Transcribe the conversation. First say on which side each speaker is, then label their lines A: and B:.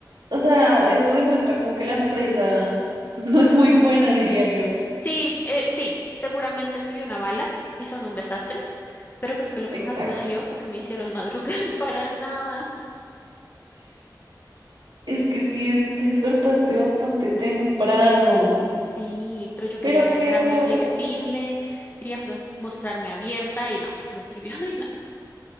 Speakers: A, on the right; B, on the left.
A: o sea, eso demuestra como que la empresa <laughs> no es muy buena, diría yo.
B: Sí, eh, sí, seguramente escribí una bala y son un desastre, pero creo que lo que
A: Exacto.
B: más me dolió fue que me hicieron madrugar <laughs> para nada.
A: Es que sí, es- te despertaste bastante temprano.
B: Sí, pero yo
A: Pero
B: quería mostrarme
A: qué raro.
B: flexible, quería fros- mostrarme abierta y no, no sirvió <laughs> de nada.